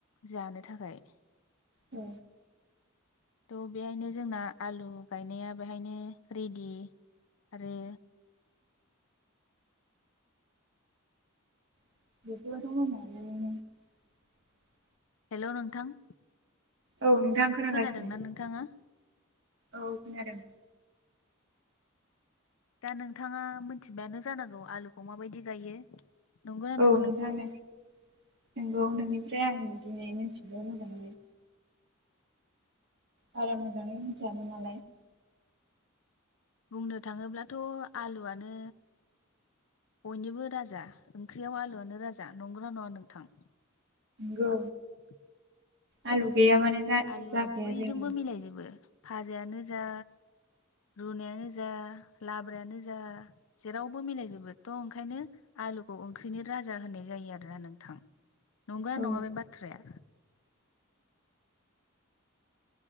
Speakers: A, on the left; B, on the right.
A: जानो थाखाय
B: औ
A: थ' बेहायनो जोंना आलु गायनाया बेहायनो रेडि आरो
B: <unintelligible>
A: हेल' नोंथां
B: औ नोंथां खोनागासिनो
A: खोनादोंना नोंथाङा?
B: औ खोनादों
A: दा नोंथाङा मिथिबायानो जानांगौ आलुखौ माबायदि गायो नंगौना
B: औ
A: नङा
B: नोंथां नंगौ नोंनिय ओमफ्राय आं दिनै मिथिबाय मोजाङै बारा मोजाङै मिथियामोन नालाय।
A: बुंनो थाङोब्लाथ' आलुआनो बयनिबो राजा, ओंख्रियाव आलुआनो राजा, नंगौना नङा नोंथां?
B: औ।
A: <inaudible>
B: आलु जा
A: आलुआ
B: जाखाया
A: बयजोंबो
B: जेरावबो
A: मिलायजोबो। फाज जायानो जा रुनायानो जा लाब्रायानो जा जेरावबो मिलायजोबो थ' ओंखायनो आलुखौ ओंख्रिनो राजा होनाय जायो आरोना नोंथां। नंगौ
B: औ
A: नङा बे बाथ्राया?